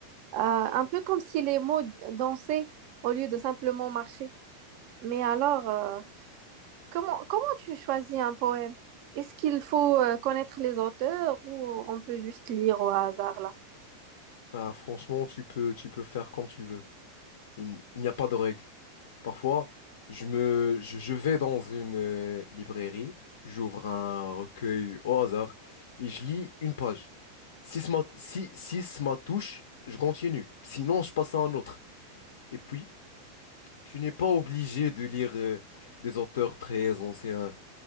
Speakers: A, on the right (about 45°); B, on the left (about 60°).
A: Euh, un peu comme si les mots dansaient au lieu de simplement marcher. Mais alors, euh, comment, comment tu choisis un poème? Est-ce qu'il faut euh, connaître les auteurs ou on peut juste lire au hasard là?
B: Bah, franchement, tu peux, tu peux faire comme tu veux. Il, n- il n'y a pas de règle. Parfois, je me, je, je vais dans une euh, librairie, j'ouvre un recueil au hasard et je lis une page. Si ça m'a- si, si ça m'a touche, je continue. Sinon, je passe à un autre. Et puis, tu n'es pas obligé de lire euh, des auteurs très anciens.